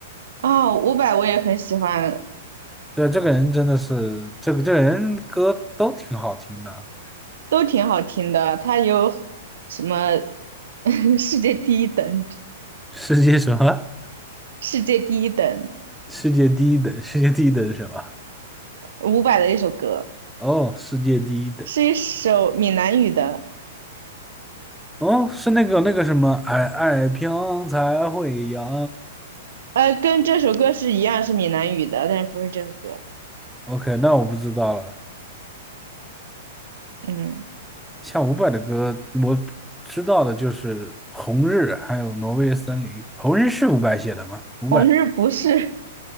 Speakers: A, on the right; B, in the centre.
A: 啊，伍佰我也很喜欢，
B: 对，这个人真的是，这个这个人歌都挺好听的。
A: 都挺好听的。他有什么 <laughs> 世界第一等，
B: 世界什么？
A: 世界第一等，
B: 世界第一等，世界第一等是什么？
A: 伍佰的一首歌，
B: 哦，世界第一等，
A: 是一首闽南语的，
B: 哦，是那个那个什么，爱爱飘才会扬。
A: 呃，跟这首歌是一样是闽南语的，但是不是这首歌。
B: OK，那我不知道了。
A: 嗯，
B: 像伍佰的歌，我知道的就是《红日》，还有《挪威的森林》。《红日》是伍佰写的吗？伍佰
A: 红日不是